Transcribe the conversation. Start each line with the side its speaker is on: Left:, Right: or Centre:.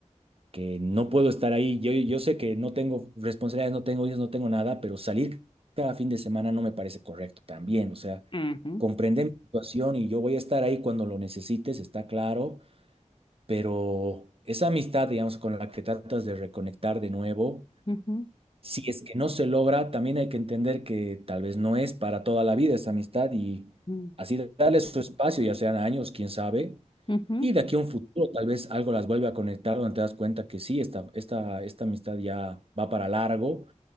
Right: que no puedo estar ahí. Yo, yo sé que no tengo responsabilidades, no tengo hijos, no tengo nada, pero salir cada fin de semana no me parece correcto también. O sea,
Left: Ujú,
Right: comprender mi situación y yo voy a estar ahí cuando lo necesites, está claro, pero esa amistad, digamos, con la que tratas de reconectar de nuevo,
Left: ujú,
Right: si es que no se logra, también hay que entender que tal vez no es para toda la vida esa amistad y
Left: ujú,
Right: así darle su espacio, ya sean años, quién sabe,
Left: ujú,
Right: y de aquí a un futuro tal vez algo las vuelve a conectar donde te das cuenta que sí, esta, esta, esta amistad ya va para largo